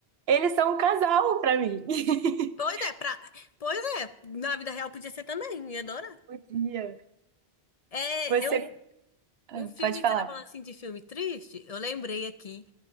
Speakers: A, on the right; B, on the left.
A: eles são um casal pra mim. <laughs>
B: Pois é, pra... pois é, na vida real podia ser também, ia adorar.
A: Podia.
B: É,
A: Você
B: eu,
A: Ah,
B: um filme
A: pode falar.
B: que você tá falando assim de filme triste, eu lembrei aqui.